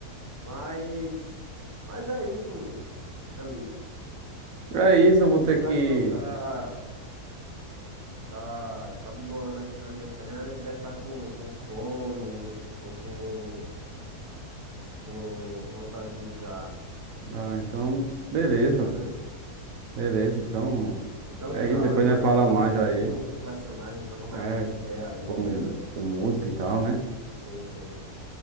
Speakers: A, on the right (about 25°); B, on the right (about 65°).
A: Mas, mas é isso, amigo.
B: É isso, eu vou
A: Meu
B: ter
A: cachorro
B: que.
A: tá, tá, tá bingolando aqui na minha perna. Ele deve estar com, com fome ou com, com vontade de mijar,
B: Ah, então, beleza.
A: beleza?
B: Beleza, então.
A: Então,
B: É
A: tchau,
B: isso, depois
A: hein, mano.
B: nós falamos
A: Depois
B: mais
A: a gente
B: aí.
A: con- conversa mais, a gente troca mais
B: É,
A: umas ideias aí,
B: como,
A: beleza?
B: com música e tal, né?
A: Sim, sim.